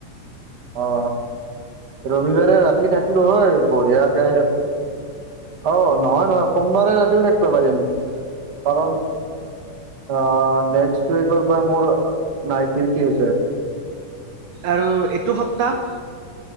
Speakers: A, on the right (about 45°); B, on the right (about 75°).
A: অ', ৰবিবাৰে ৰাতি থাকিলো হয় বঢ়িয়াকে অ', নহয়-নহয় সোমবাৰে ৰাতিও থাকিব পাৰিম, কাৰণ অ', নেক্স উইকৰ পৰা মোৰ নাইট ডিউটি আছে।
B: আৰু এইটো সপ্তাহ